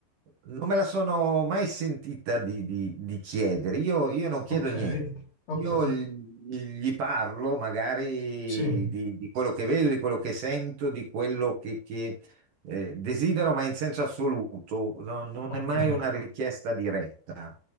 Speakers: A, on the right; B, on the left.
A: non me la sono mai sentita di, di- di chiedere. Io, io non chiedo
B: ok,
A: niente.
B: ok,
A: Io gli, gli parlo magari
B: sì,
A: di, di quello che vedo, di quello che sento, di quello che, che, eh, desidero, ma in senso assoluto, No- non
B: ok,
A: è mai una richiesta diretta.